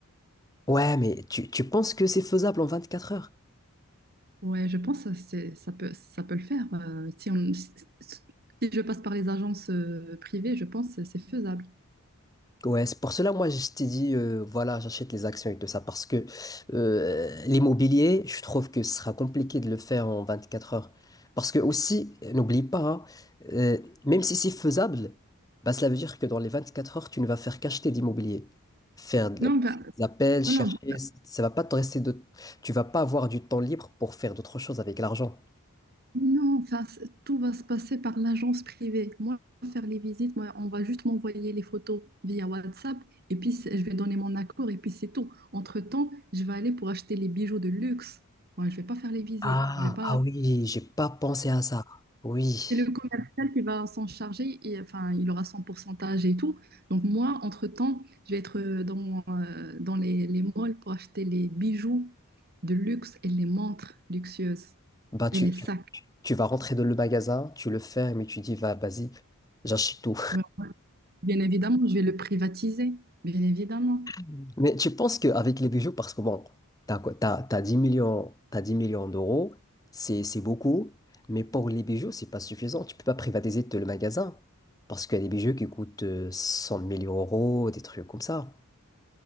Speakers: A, on the left; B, on the right.
A: Ouais, mais tu, tu penses que c'est faisable en 24 heures?
B: Ouais, je pense que c'est, ça peut, ça peut le faire. euh, si on, si si si je passe par les agences euh, privées, je pense que c'est faisable.
A: Ouais, c'est pour cela, moi, je t'ai dit, euh, voilà, j'achète les actions et tout ça, parce que euh, l'immobilier, je trouve que ce sera compliqué de le faire en 24 heures. Parce que aussi, euh, n'oublie pas, hein, euh, même si c'est faisable, bah, cela veut dire que dans les 24 heures, tu ne vas faire qu'acheter d'immobilier. Faire de-
B: Non, bah,
A: des appels, chercher,
B: non, non, bah,
A: ça va pas te rester de... Tu vas pas avoir du temps libre pour faire d'autres choses avec l'argent.
B: non, enfin, c'est- tout va se passer par l'agence privée. Moi, je vais faire les visites, moi, on va juste m'envoyer les photos via WhatsApp et puis c'est- je vais donner mon accord et puis c'est tout. Entre-temps, je vais aller pour acheter les bijoux de luxe. Moi, je vais pas faire les visites.
A: Ah,
B: Je vais pas.
A: ah oui, j'ai pas pensé à ça. Oui.
B: C'est le commercial qui va s'en charger et enfin, il aura son pourcentage et tout. Donc moi, entre-temps, je vais être euh, dans, euh, dans les, les malls pour acheter les bijoux de luxe et les montres luxueuses
A: Bah, tu,
B: et les sacs.
A: Tu vas rentrer dans le magasin, tu le fermes et tu dis, va, vas-y, j'achète tout.
B: Ben, ouais, bien évidemment, je vais le privatiser, bien évidemment.
A: <laughs> Mais tu penses qu'avec les bijoux, parce que bon, t'as, quoi- t'as, t'as 10 millions, t'as 10 millions d'euros, c'est, c'est beaucoup, mais pour les bijoux, c'est pas suffisant. Tu peux pas privatiser tout le magasin, parce qu'il y a des bijoux qui coûtent euh, 100 000 euros, des trucs comme ça.